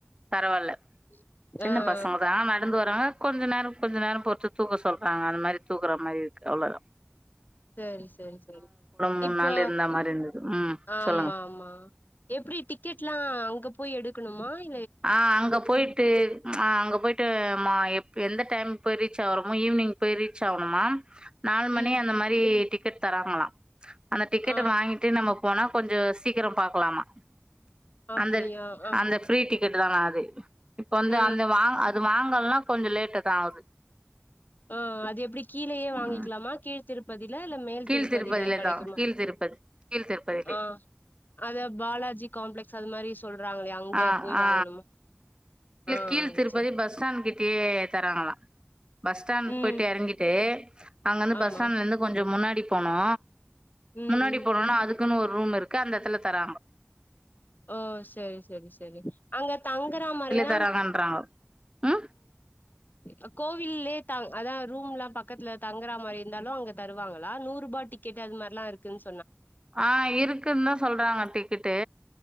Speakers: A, on the right; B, on the left.
A: பரவால்ல
B: ஏஆ
A: சின்ன பசங்க தா நடந்து வராங்க கொஞ்ச நேரோ கொஞ்ச நேரோ பொருத்து தூக்க சொல்றாங்க அந்த மாரி தூக்குற மாரி இருக்கு அவ்ளோ தா
B: சேரி செரி செரி
A: மூணு
B: இப்போ
A: நாள் இருந்த மாரி இருந்தது ம்
B: ஆமா
A: சொல்லுங்க
B: ஆமா எப்டி டிக்கெட்லா அங்க போய் எடுக்கணுமா இ
A: ஆ அங்க போயிட்டு ஆ அங்க போயிட்டு மா எப் எந்த டைம்க்கு போய் ரீச் ஆகுறமோ ஈவினிங் போய் ரீச் ஆகணுமா நாலு மணி
B: ம்
A: அந்த மாரி டிக் க்கெட் தராங்களா அந்த டிக்கெட்ட
B: ஆ
A: வாங்கிட்டு நம்ம போனா கொஞ்சோ சீக்கிரம் பாக்லாமா
B: அப்டியா
A: அந்த
B: ஆ
A: அந்த ஃப்ரீ டிக் கெட் தானா அது இப்ப வந்து
B: ஆ
A: அந்த வாங் அது வாங்குல்னா கொஞ்ஜோ லேட்டு தா ஆவுது
B: ஆ அது எப்டி கீழயே வாங்கிக்கலாமா
A: ம்
B: கீழ்திருப்பதி இல்ல மேல்
A: கீழ்
B: திருப்பதில கடைக்குமா
A: தா கீழ் திருப்பதி கீழ் திருப்பதிலே
B: ஆ அத பாலாஜி காம்ப்ளெக்ஸ் அது மாரி சொல்றாங்களே அங்க
A: ஆ
B: போய்
A: ஆ
B: வாங்கணுமா
A: இல்ல
B: ஆ
A: கீழ் திருப்பதி
B: சரி
A: பஸ் ஸ்டாண் கிட்டயே தராங்களா பஸ் ஸ்டாண்
B: ம்
A: போயிட்டு எறங்கிட்டு அங்கருந்து
B: ஆமா
A: பஸ் ஸ்டாண்லருந்து கொஞ்சொ முன்னாடி போணோ
B: ம்
A: முன்னாடி
B: ம்
A: போனோன அதுக்குனு ஒரு ரூம் இருக்கு அந்த எடத்ல தராங்க
B: ஓ செரி செரி செரி அங்க தங்குறா மாரின
A: தரங்கன்றாங்க ம்
B: அ கோவில்லயே தங் அதா ரூம்லா பக்கத்துல தங்குறா மாரி இருந்தாலு அங்கத் தருவாங்களா நூறுபா டிக்கெட் அது மார்லா இருக்குன்
A: ஆ இருக்குன்தா சொல்றாங்க டிக்கெட்டு